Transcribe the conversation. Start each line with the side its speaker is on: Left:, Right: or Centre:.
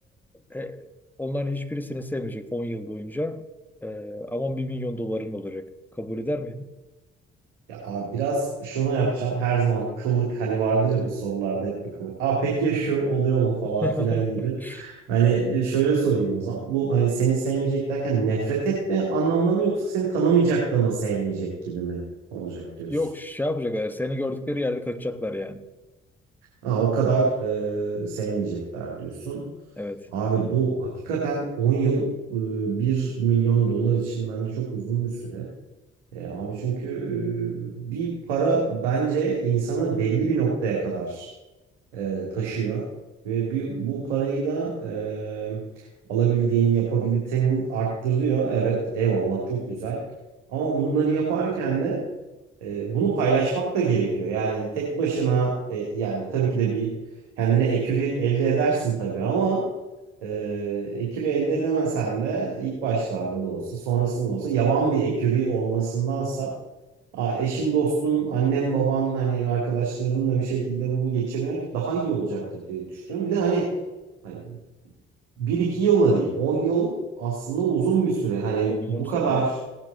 Centre: e, onların hiçbiri seni sevmeyecek 10 yıl boyunca Ee, ama bir milyon doların olacak. Kabul eder miydin?
Right: Ya abi biraz şunu yapacağım. Her zaman kıllık hani vardır ya bu sorularda hep bir kıllık. Aa peki ya şu oluyor mu falan
Centre: <laughs>
Right: filan gibi. Hani e, şöyle sorayım o zaman. Bu hani seni sevmeyecek derken nefret etme anlamında mı yoksa seni tanımayacak da mı sevmeyecek gibi mi olacak diyorsun?
Centre: Yok şey yapacaklar. Seni gördükleri yerde kaçacaklar yani.
Right: Ha o kadar e, sevmeyecekler diyorsun.
Centre: Evet.
Right: Abi bu hakikaten 10 yıl e, 1 milyon dolar için bence çok uzun bir süre. E, abi çünkü e, bir para bence insanı belli bir noktaya kadar e, taşıyor ve bir, bu parayı da e, alabildiğin yapabilitenin arttırıyor. Evet, eyvallah çok güzel. Ama bunları yaparken de e, bunu paylaşmak da gerekiyor. Yani tek başına e, yani tabii ki de bir kendine ekürü elde edersin tabii ama e, ekürü elde edemesen de ilk başlarda da olsa sonrasında da olsa yavan bir ekürü olmasındansa a- eşin, dostun, annen, baban hani arkadaşlarınla bir şekilde bunu geçirmek daha iyi olacaktır diye düşünüyorum. Bir de hani, hani 1-2 yılla değil 10 yıl aslında uzun bir süre. Hani
Centre: Çok uzun
Right: bu
Centre: sürede.
Right: kadar
Centre: ama.